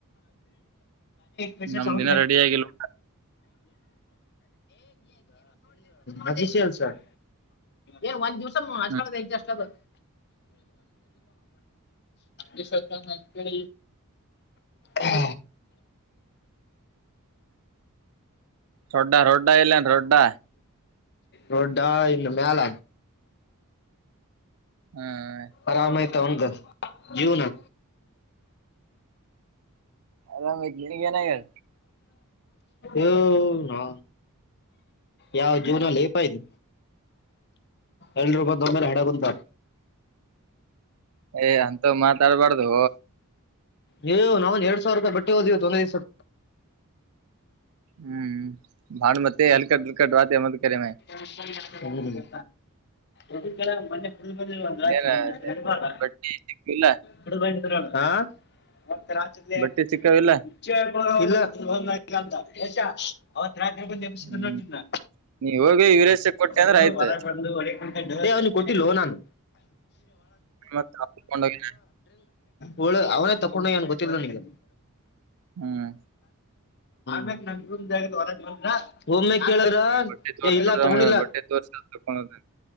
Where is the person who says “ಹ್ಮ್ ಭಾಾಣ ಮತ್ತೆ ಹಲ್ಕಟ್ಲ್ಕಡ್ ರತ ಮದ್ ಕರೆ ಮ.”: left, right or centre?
Right